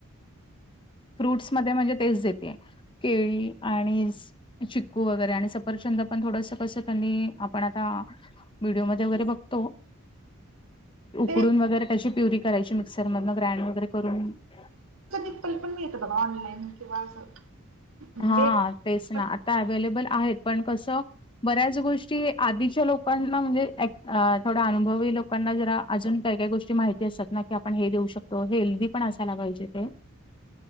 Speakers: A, on the left; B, on the right.
A: फ्रूट्स मध्ये म्हणजे तेच देते केळी आणि स चिक्कू वगैरे आणि सफरचंद पण थोडसं कसं त्यांनी आपण आता व्हिडिओ मध्ये वगैरे बघतो.
B: ते
A: कडून वगैरे कची प्युरी करायची मिक्सर मधन ग्राइंड वगैरे करून. <inaudible>
B: निप्पल पण मी येत बघा ऑनलाईन किंवा असं. बेबी
A: हा तेच
B: पण
A: ना, आता अवेलेबल आहेत पण कसं बऱ्याच गोष्टी आधीच्या लोकांना म्हणजे अँट अ थोड अनुभवी लोक. लोकांना जरा अजून काही काही गोष्टी माहिती असतात ना की आपण हे देऊ शकतो हेल्दी पण असायला पाहिजे ते.